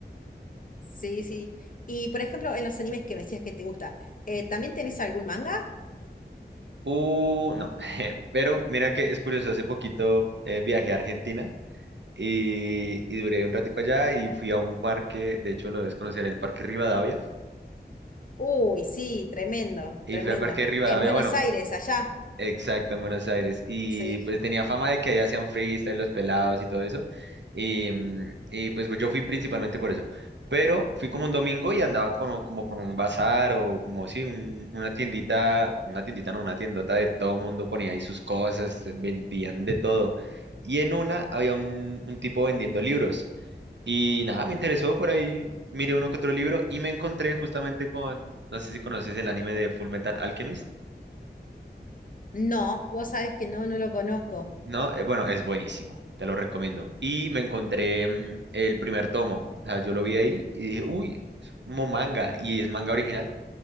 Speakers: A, on the left (about 50°); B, on the right (about 80°).
A: Sí, sí. Y por ejemplo, en los animes que me decías que te gusta, eh, ¿también tenés algún manga?
B: Uh, no, <laughs> pero mira que es curioso, hace poquito eh, viajé a Argentina y, y duré un ratico allá y fui a un parque, de hecho lo debes conocer, el Parque Rivadavia,
A: Uy, sí, tremendo,
B: y
A: tremendo.
B: fui al Parque Rivadavia,
A: En Buenos
B: bueno,
A: Aires, allá,
B: Exacto, en Buenos Aires. Y
A: sí.
B: pues tenía fama de que allá hacían freestyle, los pelados y todo eso. Y, mm, y, pues, pues, yo fui principalmente por eso. Pero fui como un domingo y andaba con- como con un bazar o como sí, un- una tiendita, una tiendita, no, una tiendota de todo mundo ponía ahí sus cosas, vendían de todo. Y en una había un, un tipo vendiendo libros. Y nada, me interesó por ahí, miré uno que otro libro y me encontré justamente con, no sé si conoces el anime de Full Metal Alchemist.
A: No, vos sabés que no, no lo conozco.
B: ¿no? Eh, Bueno, es buenísimo, te lo recomiendo. Y me encontré mm, el primer tomo, o sea, yo lo vi ahí y dije, uy, es como manga, y es manga original,